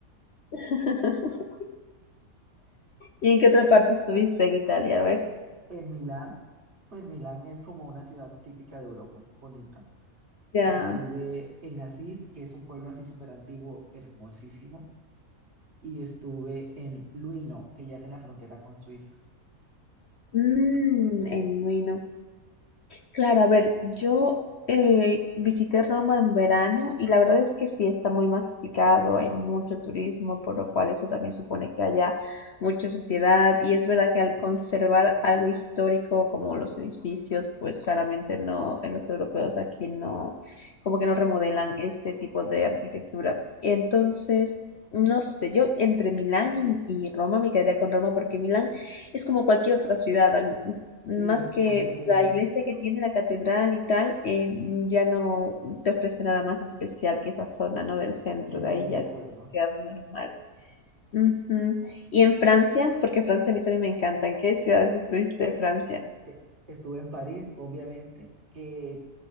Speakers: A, on the left; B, on the right.
A: <laughs> ¿Y en qué otra parte estuviste en Italia? A ver,
B: Eh, En Milán, pues Milán es como una ciudad típica de Europa, bonita.
A: ya.
B: Estuve en Asís, que es un pueblo así súper antiguo, hermosísimo, y estuve en Luino, que ya es en la frontera con Suiza.
A: Mm, en Milán Claro, a ver, yo eh, visité Roma en verano y la verdad es que sí está muy masificado, hay mucho turismo, por lo cual eso también supone que haya mucha suciedad y es verdad que al conservar algo histórico como los edificios, pues claramente no, eh, los europeos aquí no, como que no remodelan ese tipo de arquitectura. Entonces, no sé, yo entre Milán y, y Roma me quedaría con Roma porque Milán es como cualquier otra ciudad. Más
B: Sí,
A: que
B: por eso te
A: la
B: dije.
A: iglesia que tiene la catedral y tal, eh, ya no te ofrece nada más especial que esa zona, ¿no? Del centro,
B: Sí, estoy
A: de ahí
B: de
A: ya
B: acuerdo.
A: es como una ciudad normal. Ujú. Y en Francia, porque Francia a mí también me encanta, ¿en qué ciudades estuviste de Francia?
B: E- Estuve en París, obviamente, que